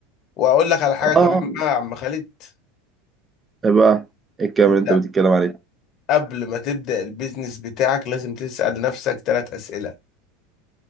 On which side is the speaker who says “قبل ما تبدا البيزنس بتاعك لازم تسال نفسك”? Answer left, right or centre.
Left